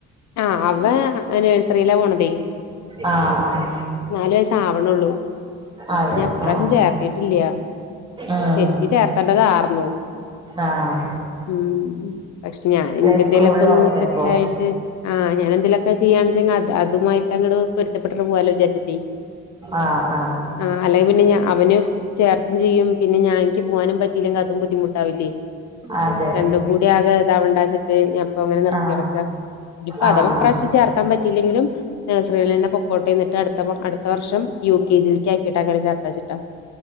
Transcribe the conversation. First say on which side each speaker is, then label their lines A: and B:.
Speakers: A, on the left (about 65°); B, on the right (about 15°).
A: ആഹ് അവ ന <inaudible> സ്ത്രീല പോണത്
B: ആഹ്
A: നാലവയസ് ആവണള്ളൂ
B: ആഹ് അതെ
A: പിന്നെ ഇപ്രാവശ്യം
B: ആഹ്
A: ചേർത്തിട്ടില്ല
B: ഉം
A: ശരിക്കും ചേർത്തേണ്ടതാർന്നു
B: ആഹ്
A: ഉ പക്ഷെ ഞാൻ
B: പ്ലേ
A: എന്റെ എന്തേലൊക്കെ
B: സ്കൂളിലാവുല്ലേ
A: ഒന്ന് സെറ്റായിട്ട്
B: ഇപ്പൊ
A: ആ ഞാനൻ ഇതിലൊക്കെ ചെയ്യയാണെങ്ക അതുമായി <inaudible> ഇഷ്ടപെട്ടിട്ട് പോവാലോ വിചാച്ചട്ട
B: ആഹ് ആഹ്
A: ആ അല്ലെങ്കിൽ പിന്നെ അവന് ചേർത്തും ചെയ്യും പിന്നെ ഞാനിക്ക് പോകാനും പറ്റും ട്ടിലെങ്കി അതും ബുദ്ധിമുട്ടാവില്ലേ
B: അതെ
A: രണ്ടും കൂടി ആകെ ഇതാവണ്ടച്ചിട്ട് ഞൻപ്പ അങ്ങനെ നിർത്തിയെടുക്ക
B: ആഹ്
A: ഇപ്പൊ
B: ആഹ്
A: അഥവാ ഇ
B: ആഹ്
A: പ്രാശ്യം ചേർക്കാൻ പറ്റിയില്ലെങ്കിലും നഴ്സറിന്റെ പൊക്കട്ടയും് <unintelligible> അടുത്ത വർഷം യു കെ ജില് ക്ക് ആക്കിട്ട് അങ്ങനെ ചേർത്തച്ചിട്ടാ